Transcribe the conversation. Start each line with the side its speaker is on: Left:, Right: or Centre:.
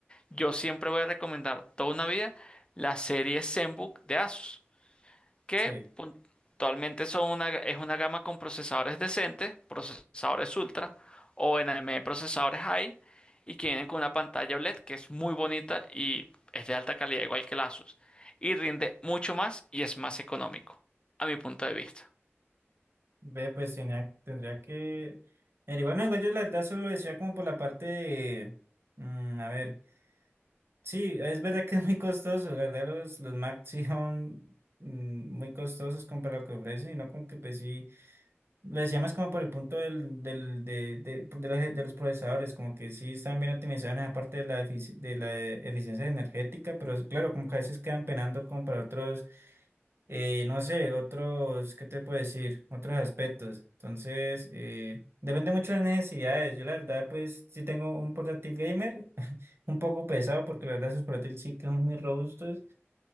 Left: yo siempre voy a recomendar toda una vida la serie ZenBook de Asus que
Right: sí.
Left: puntualmente son una, es una gama con procesadores decentes, procesadores ultra o NME procesadores high y que vienen con una pantalla OLED que es muy bonita y es de alta calidad igual que el Asus y rinde mucho más y es más económico a mi punto de vista.
Right: Ve, pues tenía, tendría que... Pero igual, no, igual yo la verdad solo lo decía como por la parte de... mm, a ver. Sí, es verdad que es muy costoso, la verdad los, los Macs sí son mm, muy costosos comparado a lo que ofrecen, y no como que pues sí, lo decía más como por el punto del, del, de, de, de los, de los procesadores, como que sí están bien optimizados en esa parte de la, efici- de la eficiencia energética, pero es- claro, como que a veces quedan penando como para otros, eh, no sé, otros, ¿qué te puedo decir? Otros aspectos. Entonces, eh, depende mucho de las necesidades. Yo la verdad pues sí tengo un portátil gamer un poco pesado porque la verdad esos portátiles sí que son muy robustos